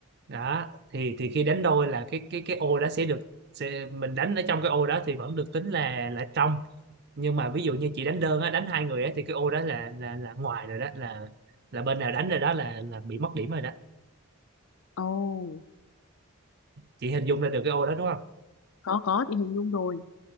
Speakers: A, on the right (about 45°); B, on the left (about 70°).
A: đó thì thì khi đánh đôi là cái cái cái ô đó sẽ được sẽ, mình đánh ở trong cái ô đó thì vẫn được tính là là trong nhưng mà ví dụ như chị đánh đơn á đánh hai người á thì cái ô đó là là là ngoài rồi đó là là bên nào đánh rồi đó là là bị mất điểm rồi đó
B: ồ
A: chị hình dung ra được cái ô đó đúng không
B: có có chị hình dung rồi